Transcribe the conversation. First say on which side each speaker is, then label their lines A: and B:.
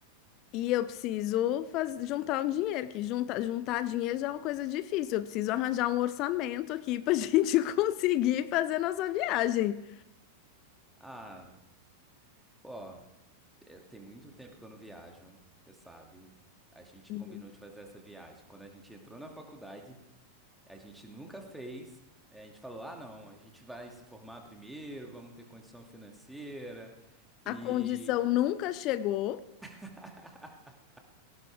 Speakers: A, on the left (about 40°); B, in the centre.
A: e eu preciso faz... juntar um dinheiro, que junta... juntar dinheiro já é uma coisa difícil. Eu preciso arranjar um orçamento aqui pra <laughs> gente conseguir fazer nossa viagem.
B: Ah, pô, eu- tem muito tempo que eu não viajo, você sabe. A gente
A: Uhum.
B: combinou de fazer essa viagem. Quando a gente entrou na faculdade, a gente nunca fez. Eh, A gente falou: ah, não, a gente vai se formar primeiro, vamos ter condição financeira.
A: A
B: E
A: condição nunca chegou,
B: <laughs>